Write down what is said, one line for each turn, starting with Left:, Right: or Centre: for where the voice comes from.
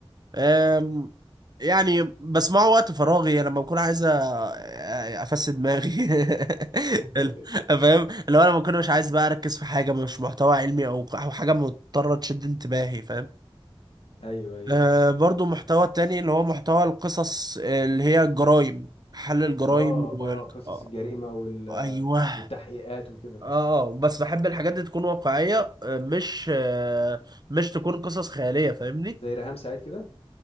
Right: أم، يعني بسمعه وقت فراغي يعني لما بكون عايز أ- آه، افسد دماغي <laughs>
Left: <laughs>
Right: ال- فاهم اللي هو لما بكون مش عايز بقى اركز في حاجه مش محتوى علمي او او حاجه مضطره تشد انتباهي فاهم
Left: ايوه ايوه
Right: أه برضو محتوى تاني اللي هو محتوى القصص اللي هي الجرايم حل الجرايم
Left: اه
Right: وال...
Left: اه قصص
Right: آه،
Left: الجريمه وال
Right: ايوه
Left: والتحقيقات وكده
Right: اه بس بحب الحاجات دي تكون واقعيه أه، مش أه، مش تكون قصص خياليه فاهمني
Left: زي ريهام سعيد كده